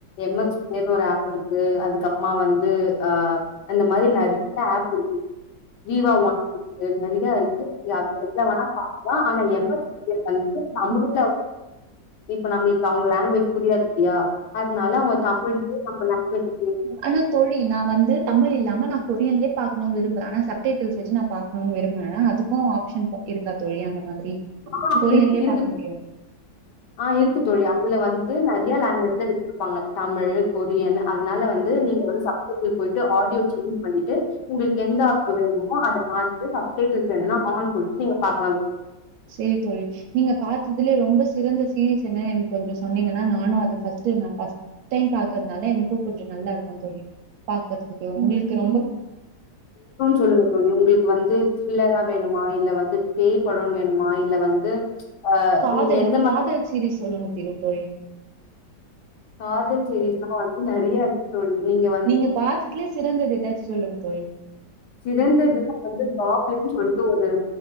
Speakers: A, on the left; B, on the right.
A: எம் எக்ஸ் பிளேயர்னு ஒரு ஆப் இருக்கு அதுக்கப்புறோ அப்றமா வந்து அ அந்த மாரி நெறய ஆப் இருக்கு வீவா நெறயா இருக்கு அ நெட்ல வேணா பாக்கலா ஆனா எம் எக்ஸ் பிளேயர் வந்து தமிழ்ல
B: தமிழ்
A: இப்ப நம்மளுக்கு அவுங்க லாங்குவேஜ் புரியாது இல்லையா அதனால அவுங்க தமிழ்யே நம்ம லாங்குவேஜ்
B: ஆனா தோழி நா வந்து தமிழ் இல்லாம நா கொரியன்லயே பாக்கனு விரும்புறே ஆனா ச டல்ஸ் வச்சு நா பாக்கனு விரும்புறே அதுக்கு ஆப்ஷன் இருக்கா தோழி அந்த மாதிரி
A: ஆ
B: கொரியன்லயே
A: இரு இருக்கு
B: பாக்க முடியும்
A: ஆ இருக்கு தோழி அதுல வந்து நெறய லாங்குவேஜ்ல வச்சிருப்பாங்க தமிழ் கொரியன் அதனால வந்து நீங்க வந்து சப்ஜெக்டக்கு போய்ட்டு ஆடியோ சூஸ் பண்ணிட்டு உங்களுக்கு எந்த ஆப்பு வேணுமோ அத பாத்து சப்டைட்டில்ஸ் வேணும்னா ஆ குடுத்து நீங்க பாக்கலா தோழி
B: சேரி தோழி நீங்க பாத்ததுலே ரொம்ப சிறந்த சீரீஸ் எனக்கு கொஞ்சோ சொன்னீங்கனா நானு அத பஸ்ட்டு டைம் பாக்குறதுனால எனக்கு கொஞ்சோ நல்லா இருக்கு தோழி பாக்குறதுக்கு ஒங்களுக்கு ரொம்ப
A: சொல்லுங்க தோழி ஒங்களுக்கு வந்து த்ரில்லரா வேணுமா இல்ல வந்து பேய்ப்படோனு வேணுமா இல்ல வந்து
B: காதல்
A: நீங்க எந்த மாரி
B: காதல் சீரிஸ் சொல்லணு திரு தோழி
A: காதல் சீரிஸ்லா வந்து நெறய இருக்கு தோழி நீங்க வந்
B: நீங்க பாத்ததுலயே சிறந்தது ஏதாச்சு சொல்லுங்க தோழி
A: சிறந்ததுல வந்து ஜாப்லு சொல்ட்டு ஒரு